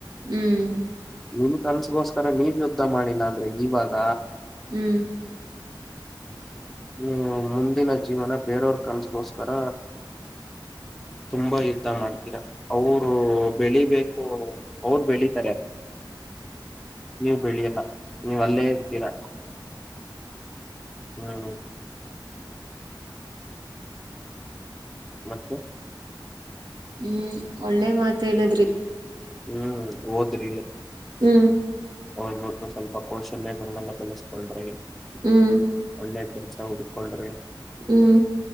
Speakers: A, on the right; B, in the centre.
A: ಹ್ಮ್
B: ನಿಮ್ಮ ಕನ್ಸಗೋಸ್ಕರ ನೀವ್ ಯುದ್ಧಾ ಮಾಡಿಲ್ಲಾ ಅಂದ್ರೆ ಇವಾಗ
A: ಹ್ಮ್
B: ನೀವು ಮುಂದಿನ ಜೀವನ ಬೇರೆಯವ್ರ ಕನ್ಸಗೋಸ್ಕರ ತುಂಬಾ ಯುದ್ಧಾ ಮಾಡ್ತೀರಾ ಅವರು ಬೆಳಿಬೇಕು ಅವರ ಬೆಳಿತಾರೆ ನೀವ ಬೆಳಿಯಲ್ಲ. ನೀವಅಲ್ಲೇ ಇರ್ತೀರಾ ಹ್ಮ್ ಮತ್ತೆ
A: ಹ್ಮ್ ಒಳ್ಳೆ ಮಾತ್ ಹೇಳದ್ರಿ.
B: ಹ್ಮ್ ಓದ್ರಿ
A: ಹ್ಮ್
B: ಓದ್ಬಿಟ್ಟು ಸ್ವಲ್ಪ ಕೌಶಲ್ಯಗಳನ್ನೆಲ್ಲ ಬೆಳೆಸ್ಕೊಳ್ರಿ.
A: ಹ್ಮ್
B: ಒಳ್ಳೆ ಕೆಲ್ಸ ಹುಡ್ಕೊಳ್ರಿ.
A: ಹ್ಮ್